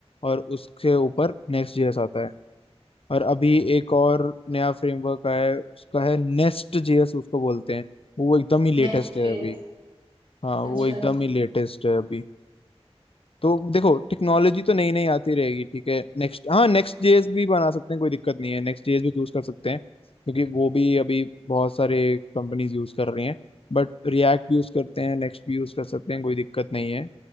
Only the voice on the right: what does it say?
Next
JS
अच्छा
अच्छा